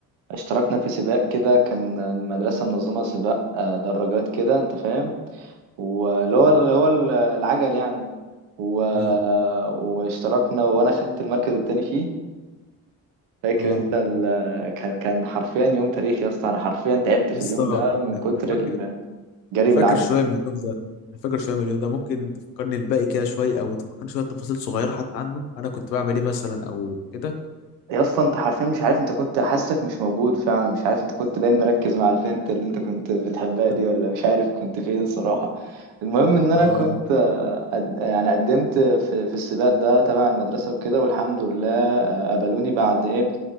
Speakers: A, on the right (about 65°); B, on the left (about 80°).
A: اشتركنا في سباق كده كان المدرسة منظمة سباق آه، دراجات كده انت فاهم واللي
B: اه
A: هو اللي هو العجل يعني و...
B: ايوه
A: واشتركنا وانا خدت المركز التاني فيه فاكر
B: اه
A: انت ال... كان كان حرفيا يوم تاريخي يا اسطى انا حرفيا تعبت في
B: يا اسطى
A: اليوم
B: انا
A: ده من
B: أنا
A: كتر
B: فاكر
A: الجري
B: أنا
A: بالعجل
B: فاكر شوية من اليوم ده أنا فاكر شوية من اليوم ده ممكن تفكرني الباقي كده شوية أو تفكرني شوية تفاصيل صغيرة حتى عنه أنا كنت بعمل إيه مثلا أو كده
A: يا اسطى انت حرفيا مش عارف انت كنت حاسك مش موجود فعلا مش عارف انت كنت باين مركز مع البنت اللي انت كنت بتحبها
B: <laughs>
A: دي ولا مش عارف كنت فين صراحة المهم ان انا
B: آه
A: كنت آه، قد- يعني قدمت في في السباق ده تبع المدرسة وكده والحمد لله آه، قبلوني بعد ايه